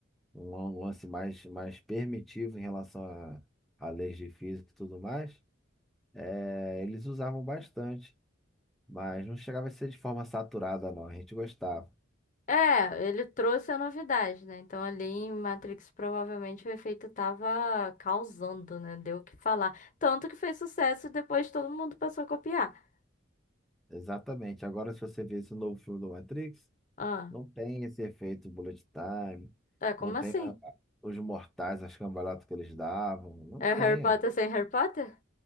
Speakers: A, in the centre; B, on the left.
A: Um lan- lance mais, mais permitivo em relação a, a leis de física e tudo mais. É, eles usavam bastante, mas não chegava a ser de forma saturada, não. A gente gostava.
B: É, ele trouxe a novidade, né? Então ali em Matrix provavelmente o efeito tava causando, né? Deu o que falar. Tanto que fez sucesso e depois todo mundo passou a copiar.
A: Exatamente. Agora, se você vê esse novo filme do Matrix,
B: Ah,
A: não tem esse efeito bullet time,
B: é como
A: não tem
B: assim?
A: ah, os mortais, as cambalhotas que eles davam, não
B: É
A: tem.
B: Harry Potter sem Harry Potter?